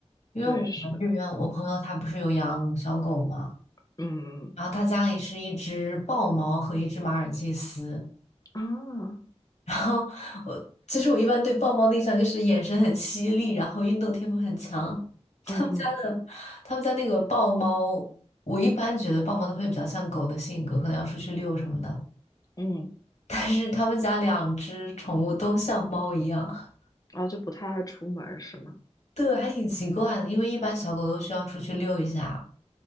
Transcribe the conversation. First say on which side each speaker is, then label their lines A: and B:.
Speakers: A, on the left; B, on the left.
A: 因为我们这边，
B: 对是，
A: 我朋友他不是有养小狗吗？
B: 嗯
A: 然后他家里是一只豹猫和一只马尔济斯。
B: 啊
A: <laughs> 然后我其实我一般对豹猫的印象就是眼神很犀利，然后运动天赋很强。他们家的他们家那个豹猫，
B: 嗯嗯
A: 我一般觉得豹猫都会比较像狗的性格，可能要出去遛什么的。
B: 嗯，
A: <laughs> 但是他们家两只宠物都像猫一样，
B: 然后就不太爱出门儿是吗？
A: 对，还挺奇怪的，因为一般小狗都需要出去遛一下，